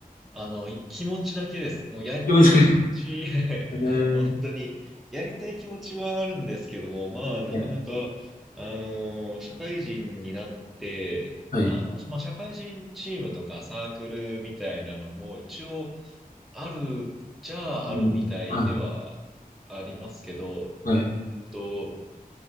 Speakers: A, in the centre; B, on the left (about 70°).
A: あの、気持ちだけです。もうやりたい気持ち、
B: すいません。
A: <laughs>
B: <laughs>
A: 本当に、
B: え
A: やりたい気持ちはあるんですけども、まあ、なかなか、
B: ー
A: あの社会人になって、
B: はい。
A: あの、まあ、社会人チームとかサークルみたいなのも、一応、あるっちゃあるみたいではありますけど、
B: うんはい。はい。
A: うーんと、